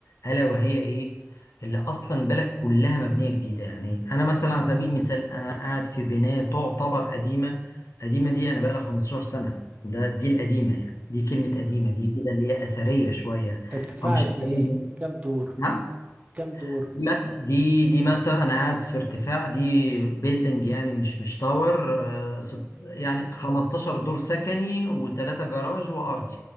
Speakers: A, on the left (about 70°); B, on the right (about 30°).
A: ألا وهي إيه؟ اللي أصلا البلد كلها مبنية جديدة يعني أنا مثلا على سبيل المثال أنا قاعد في بناية تعتبر قديمة قديمة دي أنا بقالها 15 سنة ده دي القديمة يعني دي كلمة
B: تمام
A: قديمة دي كده اللي هي أثرية شوية
B: ارتفاع
A: أو مش
B: قد
A: أثرية
B: ايه كام دور
A: نعم
B: كام دور
A: لا دي دي مثلا انا قاعد في ارتفاع دي بيلدنج يعني مش مش تاور آه، ست- يعني 15 دور سكني وثلاثة جراج وارضي